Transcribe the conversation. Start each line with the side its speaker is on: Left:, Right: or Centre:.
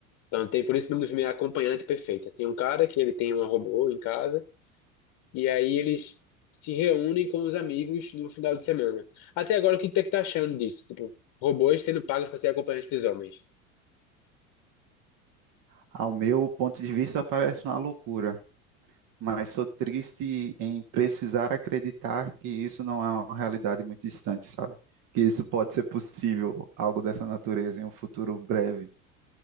Left: Então, tem, por isso que o nome do filme é Acompanhante Perfeita. Tem um cara que ele tem um robô em casa E aí eles se reúnem com os amigos no final de semana. Até agora, o que você tá achando disso? Tipo, robôs sendo pagos para ser acompanhantes dos homens.
Right: Ao meu ponto de vista, parece uma loucura, mas sou triste em precisar acreditar que isso não é uma realidade muito distante, sabe? Que isso pode ser possível, algo dessa natureza, em um futuro breve.